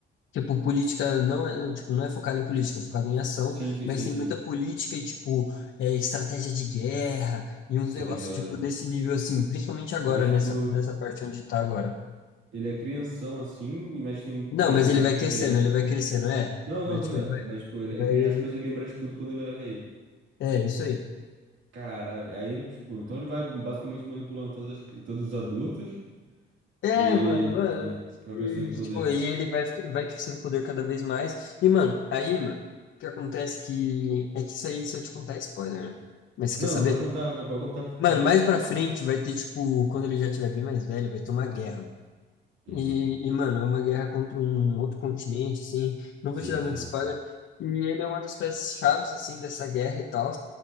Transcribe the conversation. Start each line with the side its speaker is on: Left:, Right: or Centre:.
Left: Tipo, política não é, tipo, não é focada em política, é focada em ação,
Right: Sim, sim,
Left: mas
Right: sim,
Left: tem
Right: sim.
Left: muita política e, tipo, é, estratégia de guerra e uns
Right: Tô
Left: negócios,
Right: ligado.
Left: tipo, desse nível, assim, principalmente agora,
Right: Mas, tipo,
Left: nessa, nessa parte onde tá agora.
Right: ele é crianção assim, mas tem
Left: Não,
Right: pensamento
Left: mas ele vai
Right: de
Left: crescendo,
Right: rei.
Left: ele vai crescendo, é.
Right: Não, não,
Left: Mas,
Right: tô
Left: tipo,
Right: ligado.
Left: ele vai,
Right: Mas, tipo, ele
Left: vai...
Right: é criança, mas ele lembra de tudo quando ele era rei.
Left: É, isso aí.
Right: Caralho. Aí ele, tipo, então ele vai basicamente manipulando todas as cri- todos os adultos
Left: É,
Right: e,
Left: mano, mano.
Right: e pra
Left: E,
Right: crescer no poder.
Left: tipo, aí ele vai, fica- vai crescendo o poder cada vez mais. E, mano, aí, mano, o que acontece que... É que isso aí, se eu te contar, é spoiler, né? Mas você
Right: Não,
Left: quer saber?
Right: mas pode contar, não, pode contar, pode contar.
Left: Mano, mais pra frente vai ter, tipo, quando ele já tiver bem mais velho, vai ter uma guerra.
Right: Hum,
Left: E, e, mano, é uma guerra contra um outro continente, assim. Não
Right: sim,
Left: vou te dar
Right: sim.
Left: muito spoiler. E ele é uma das peças-chaves, assim, dessa guerra e tal.